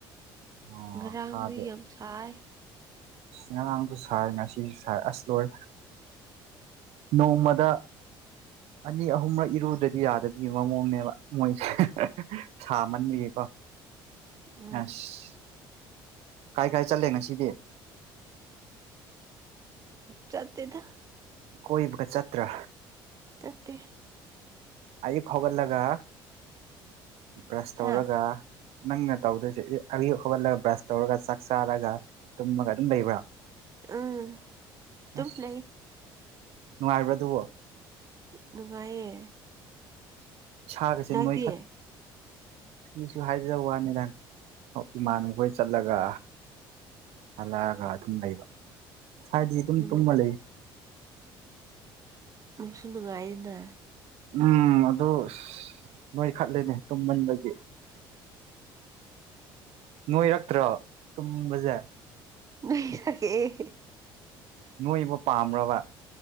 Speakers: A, on the right; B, on the right.
A: ꯑꯣ
B: ꯉꯔꯥꯡꯗꯤ
A: ꯊꯥꯗꯦ
B: ꯌꯥꯝ ꯁꯥꯏ
A: ꯉꯔꯥꯡꯁꯨ ꯁꯥꯏ ꯉꯁꯤꯁꯨ ꯁꯥꯏ ꯑꯁ ꯂꯣꯑꯦ ꯅꯣꯡꯃ ꯗ ꯑꯅꯤ ꯑꯍꯨꯝꯔꯛ ꯏꯔꯨꯗꯔꯗꯤ ꯌꯥꯗꯕꯒꯤ ꯃꯑꯣꯡꯅꯦꯕ ꯃꯣꯏꯁꯦ ꯁꯥꯃꯟꯕꯒꯤꯀꯣ
B: <inaudible>
A: ꯑꯁ ꯀꯥꯏ ꯀꯥꯏ ꯆꯠꯂꯦ ꯉꯁꯤꯗꯤ
B: ꯆꯦꯇꯦꯗ
A: ꯀꯣꯏꯕꯒ ꯆꯠꯇ꯭ꯔꯥ
B: ꯆꯠꯇꯦ
A: ꯑꯌꯨꯛ ꯐꯥꯎꯒꯠꯂꯒ ꯕ꯭ꯔꯁ ꯇꯧꯔꯒ
B: ꯍꯥ
A: ꯅꯪꯅ ꯇꯧꯗꯣꯏꯖꯦ ꯑꯌꯨꯛ ꯍꯧꯒꯠꯂꯒ ꯕ꯭ꯔꯁ ꯇꯧꯔꯒ ꯆꯥꯛ ꯆꯥꯔꯒ ꯇꯨꯝꯃꯒ ꯑꯗꯨꯝ ꯂꯩꯕ꯭ꯔꯥ
B: ꯎꯝ ꯇꯝ
A: ꯑꯁ
B: ꯂꯩ
A: ꯅꯨꯡꯉꯥꯏꯕ꯭ꯔꯥ ꯑꯗꯨꯕꯣ
B: ꯅꯨꯡꯉꯥꯏꯌꯦ
A: ꯏꯁꯥꯒꯁꯦ
B: ꯅꯪꯗꯤ
A: ꯅꯣꯏꯈꯠ ꯑꯩꯁꯨ ꯍꯥꯏꯖꯕ ꯋꯥꯅꯤꯗꯪ ꯏꯃꯥꯟꯅꯕꯈꯣꯏ ꯆꯠꯂꯒ ꯍꯜꯂꯛꯑꯒ ꯑꯗꯨꯝ ꯂꯩꯕ ꯍꯥꯏꯗꯤ ꯑꯗꯨꯝ
B: ꯅꯪ
A: ꯇꯨꯝꯃ ꯂꯩ
B: ꯅꯨꯡꯁꯨ ꯅꯨꯡꯉꯥꯏꯅ
A: ꯎꯝ ꯑꯗꯨ ꯑꯁ ꯅꯣꯏ ꯈꯠꯂꯦꯅꯦ ꯇꯨꯝꯃꯟꯕꯒꯤ ꯅꯣꯏꯔꯛꯇ꯭ꯔꯣ ꯇꯨꯝꯕꯖꯦ
B: <unintelligible>
A: ꯅꯣꯏꯕ ꯄꯥꯝꯕ꯭ꯔꯕ